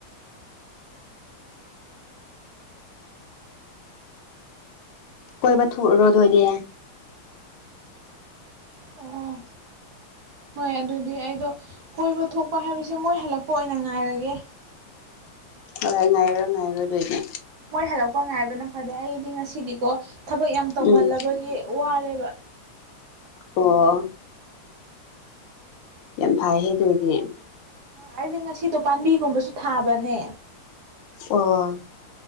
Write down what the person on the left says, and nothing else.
ꯀꯣꯏꯕ ꯊꯣꯛꯎꯔꯣꯗꯣꯏꯗꯤ
ꯍꯣꯏ ꯍꯣꯏ ꯉꯥꯏꯔꯣ ꯉꯥꯏꯔꯣ ꯑꯗꯨ ꯑꯣꯏꯗꯤ
ꯎꯝ
ꯑꯣ ꯌꯥꯝ ꯐꯩ ꯗꯣꯏꯗꯤꯅꯦ
ꯑꯣ